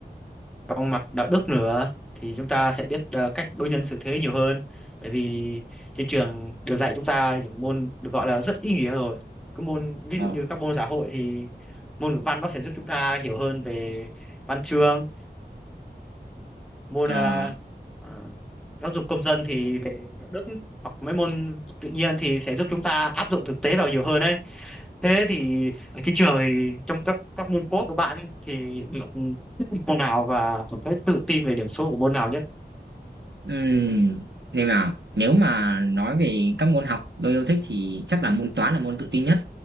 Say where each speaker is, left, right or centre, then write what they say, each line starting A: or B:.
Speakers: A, in the centre; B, on the right (about 80°).
A: trong mặt đạo đức nữa thì chúng ta sẽ biết ờ, cách đối nhân xử thế nhiều hơn bởi vì trên trường đều dạy chúng ta những môn được gọi là rất ý nghĩa rồi cái môn ví
B: Ờ.
A: dụ như các môn xã hội thì môn ngữ văn nó sẽ giúp chúng ta hiểu hơn về văn chương môn
B: Ờ.
A: ờ, ờ, giáo dục công dân thì về đạo đức hoặc mấy môn tự nhiên thì sẽ giúp chúng ta áp dụng thực tế vào nhiều hơn đấy thế thì ở trên trường thì trong các các môn cốt của bạn ấy, thì bạn thích môn nào và cảm thấy tự tin về điểm số của môn nào nhất
B: Ừm, nên là nếu mà nói về các môn học tôi yêu thích thì chắc là môn toán là môn tự tin nhất